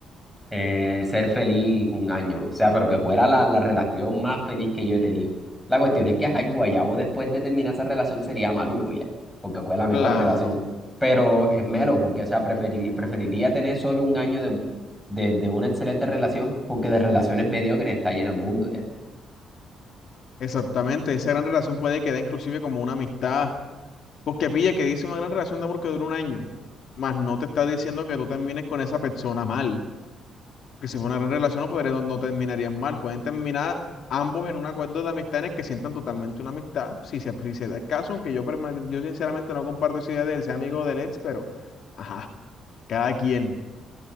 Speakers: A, in the centre; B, on the left.
A: eh, ser feliz un año, o sea, pero que fuera la, la relación más feliz que yo he tenido. La cuestión es que ajá, el guayabo después de terminar esa relación sería maluco ya, porque fue la mejor
B: Claro,
A: relación. Pero es melo, porque, o sea, preferiría, preferiría tener solo un año de, de, de una excelente relación, porque de relaciones mediocres está llena el mundo
B: exactamente. Esa gran relación puede quedar inclusive como una amistad Porque pilla que dice una gran relación de amor que dura un año, más no te está diciendo que tú termines con esa persona mal. Porque si fue una gran relación no, podría- no, no terminarías mal. Pueden terminar ambos en un acuerdo de amistad en el que sientan totalmente una amistad, si se, si se da el caso, aunque yo, perma- yo sinceramente no comparto esa idea de ser amigo del ex, pero ajá, cada quien.